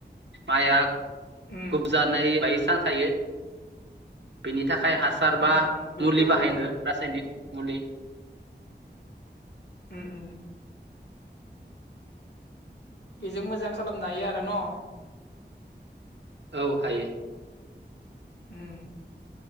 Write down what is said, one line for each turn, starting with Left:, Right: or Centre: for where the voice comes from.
Right: माया
Left: उम
Right: बजानाय बायदि चान्स थायो बेनि थाखाय हासार बा
Left: उम उम बेखौ
Right: मुलि बाहायनांगो रासायनिक मुलि
Left: उम उम बेजों मोजां खालामनो हायो आरो न'
Right: औ हायो
Left: उम